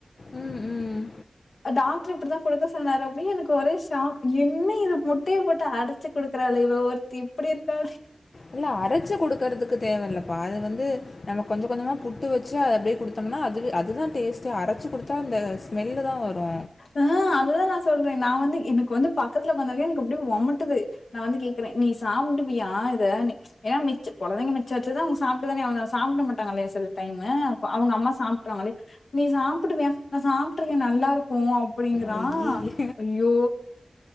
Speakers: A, on the left (about 55°); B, on the left (about 80°).
A: ம் ம்
B: டாக்டர் இப்டிதா கொடுக்க சொன்னார் அப்டே எனக்கு ஒரே ஷாக் என்ன இது முட்டைய போட்டு அடிச்சு கொடுக்குறாளே இவ ஒரு த்தி இப்டி எத்தா
A: இல்ல அரச்சு குடுக்குறது க்கு தேவயில்லப்பா அது வந்து‌ நம்ம கொஞ்ச கொஞ்சமா புட்டு வெச்சு அப்டியே கொடுத்தோம்னா அதுவே அதுதா டேஸ்ட்டு அரச்சி குடுத்தா அந்த ஸ்மெல்லு தா வரு
B: ஆ அததா நா சொல்றே நா வந்து எனக்கு வந்து பக்கத்துல உக்காந்தாவே எனக்கு அப்டே ஒமட்டுது நா வந்து கேக்குறே நீ சாப்டுவியா இத நீ ஏன்னா மிச் கொழந்தைங்க மிச்ச வெச்சத அவங்க சாப்ட்டுதானே அவங்க சாப்புட மாட்டாங்கலே சில டைம்மு‌ கு அவங்கம்மா சாப்ட்ருவாங்களே நீ சாப்டுவியா நா சாப்டுருக்கே நல்லா இருக்கு அப்டிங்குறா
A: ஐயே
B: ஐயோ